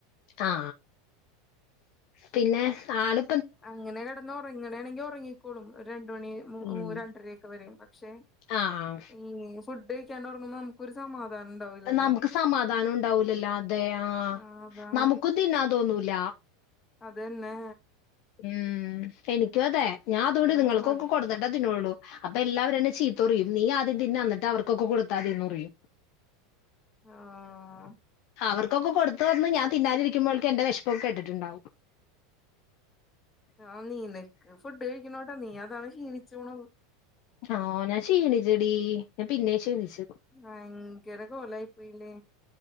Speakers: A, on the left; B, on the left.
A: ആ പിന്നെ ആള്
B: അങ്ങനെ കെടന്ന് ഒറങ്ങ്ണെണെങ്കി ഒറങ്ങിക്കോളും ഒര് രണ്ട് മണി ഓ
A: ഉം
B: രണ്ടരൊക്ക്. വരയും പക്ഷെ
A: ആഹ്
B: ഈ ഫുഡ് ഫുഡ് കെയിക്കാൻണ്ടോറങ്ങുബോ. നമുകൊരു സമാധാനം. ഉണ്ടാവില്ലല്ലോ
A: നമുക്ക് സമാധാനം ഉണ്ടാവൂലല്ലോ. അതെ ആഹ.
B: ആഹ് അതാണ്
A: നമുക്കും തിന്നാൻ തോന്നൂല.
B: അത് ന്നെ
A: മ്മ്ഹ്. എനിക്കും അതെ ഞാൻ അതോണ്ട്
B: അതാണ്
A: നിങ്ങൾക്കൊക്കെ
B: പാട്
A: കൊടു ത്തിന്നൊള്ളൂ. അപ്പൊ എല്ലാവരു എന്നെ ചീത്തറയും. നീ ആദ്യം തിന്ന്ന്നെട്ട് അവർക്കൊക്കെ കൊടുത്താതിന്നറിയു.
B: ആഹാ
A: അവർക്കൊക്കെ കൊടുത്തുവന്ന്. ഞാ തിന്നാലിരിക്കുമ്പോൾക്ക് എന്റെ വെഷപ്പൊക്കെട്ടിട്ടുണ്ടാവും.
B: ആഹ നീനക്ക് ഫുഡ് കഴിക്ണോണ്ട നീ അതാണ് ഷീണിച്ച്പോണത്.
A: ആ. ഞാൻ ക്ഷീണിച്ചെടിഞാൻ പിന്നേം ക്ഷീണിച്ചു.
B: ഭയങ്കരകൊലായി പ്പൊയിലെ.